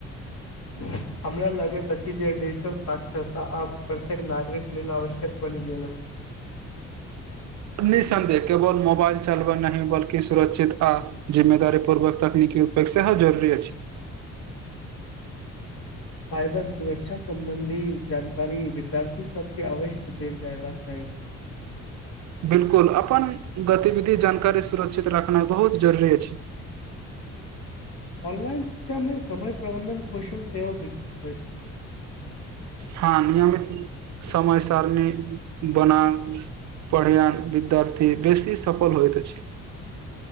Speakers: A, on the left; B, on the right.
A: ह <inaudible> हमरा लागैत अछि जे डजिटल साक्षरता आब प्रत्येक नागरिक लेल आवश्यक बनि गेल
B: निःसन्देह केवल मोबाइल चलब नहि बल्कि सुरक्षित आ जिम्मेदारी पूर्वक तकनीकी उपेक्षा ह जरुरी अछि
A: साइबर सुरक्षा सम्बंधी जानकारी विद्यार्थी सब के अवश्य देल जयबाक चाही
B: बिलकुल अपन गतिविधि जानकारी सुरक्षित रखनाइ बहुत जरुरी अछि
A: ऑनलाइन शिक्षा में समय प्रबन्धन कौशल सेहो विकसित होइत अछि
B: हाँ नियमित समय सारणी बना पडआन विद्यार्थी बेसी सफल होइत अछि